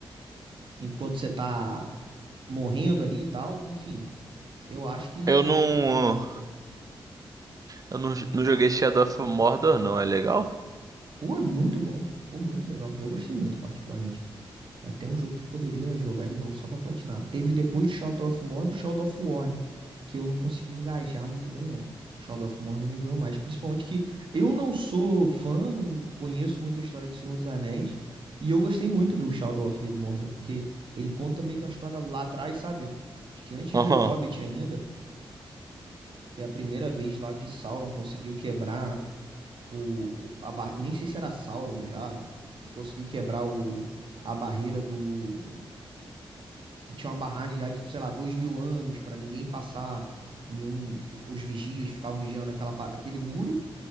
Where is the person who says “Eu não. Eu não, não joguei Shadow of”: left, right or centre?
Right